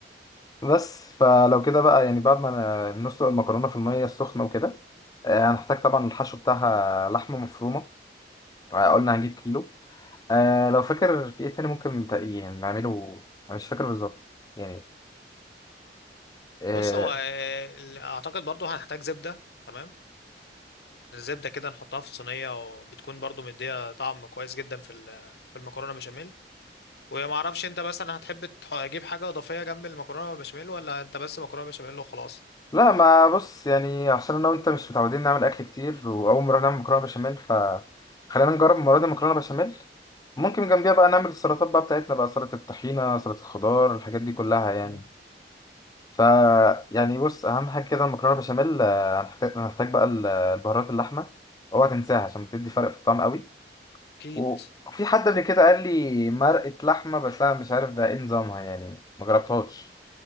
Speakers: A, on the left; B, on the left.
A: بس فلو كده بقى يعني بعد ما أنا- نسلق المكرونه في الميه السخنه وكده آه، هنحتاج طبعا الحشو بتاعها لحمه مفرومه آه، قلنا هنجيب كيلو آه، لو فاكر في ايه تاني ممكن تق- يعني نعمله انا مش فاكر بالظبط يعني آه،
B: بص هو آه، ال- اعتقد برضو هنحتاج زبده تمام الزبده كده نحطها في الصينيه وبتكون برضو مديه طعم كويس جدا في ال- في المكرونه بشاميل وما اعرفش انت مثلا هتحب تح- تجيب حاجه اضافيه جنب المكرونه والبشاميل ولا انت بس مكرونه بشاميل وخلاص
A: لا ما بص يعني عشان انا وانت مش متعودين نعمل اكل كتير واول مره نعمل مكرونه بشاميل ف خلينا نجرب المره دي مكرونه بشاميل ممكن جنبيها بقى نعمل السلطات بقى بتاعتنا بقى سلطه الطحينه سلطه الخضار الحاجات دي كلها يعني
B: مم.
A: ف يعني بص اهم حاجه كده المكرونه بشاميل آه، هنحتاج هنحتاج بقى ال- البهارات اللحمه اوعى تنساها عشان بتدي فرق في الطعم قوي
B: اكيد
A: وفي حد قبل كده قال لي مرقه لحمه بس انا مش عارف ده ايه نظامها يعني ما جربتهاش